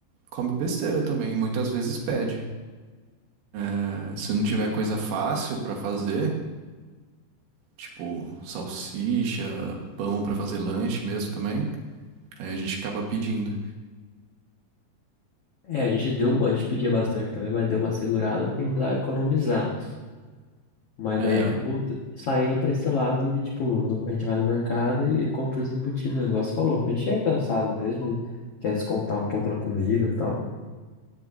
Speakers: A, on the right (about 80°); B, on the left (about 75°).
A: come besteira também, muitas vezes pede. Eh, Se não tiver coisa fácil pra fazer, tipo salsicha, pão pra fazer lanche mesmo também, aí a gente acaba pedindo.
B: É, a gente deu, uma- a gente pedia bastante também, mas deu uma segurada porque a gente precisava economizar. Mas
A: É,
B: daí acabou t- saindo pra esse lado de, tipo, no- a gente vai no mercado e, e compra os embutidos, o negócio falou. A gente chega cansado mesmo e quer descontar um pouco na comida e tal.